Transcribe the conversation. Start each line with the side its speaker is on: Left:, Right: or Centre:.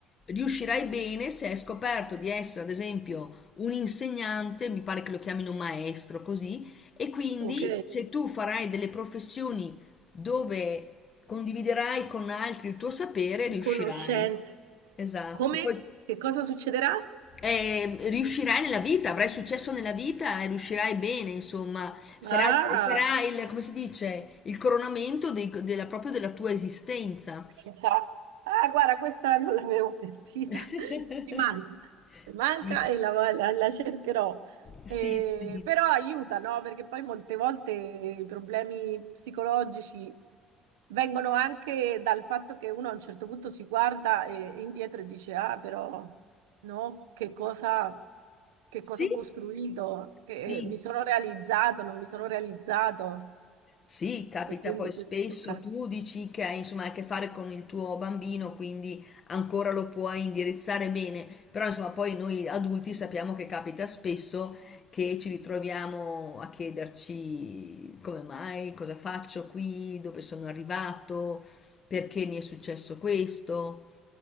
Left: riuscirai bene se hai scoperto di essere, ad esempio, un insegnante, mi pare che lo chiamino maestro, così, e quindi
Right: ok.
Left: se tu farai delle professioni dove condividerai con altri il tuo sapere, riuscirai.
Right: Conoscenze.
Left: Esatto.
Right: Come?
Left: Poi
Right: Che cosa succederà?
Left: e riuscirai nella vita, avrai successo nella vita e riuscirai bene, insomma, sarà,
Right: Ah,
Left: sarà il, come si dice, il coronamento dei- della, proprio della tua esistenza.
Right: Pensa, ah, guarda, questa <laughs> non l'avevo sentita,
Left: <laughs>
Right: <laughs> mi manca, mi manca
Left: Sì,
Right: e la, la- la cercherò.
Left: sì,
Right: Eh,
Left: sì,
Right: però aiuta, no? Perché poi molte volte i problemi psicologici vengono anche dal fatto che uno a un certo punto si guarda e- indietro e dice, ah, però, no? Che cosa, che
Left: sì,
Right: cosa ho costruito? Che
Left: sì,
Right: mi sono realizzato, non mi sono realizzato.
Left: Sì, capita
Right: E quindi
Left: poi spesso,
Right: questo tocca.
Left: tu dici che hai insomma a che fare con il tuo bambino, quindi ancora lo puoi indirizzare bene, però insomma poi noi adulti sappiamo che capita spesso che ci ritroviamo a chiederci come mai, cosa faccio qui, dove sono arrivato, perché mi è successo questo.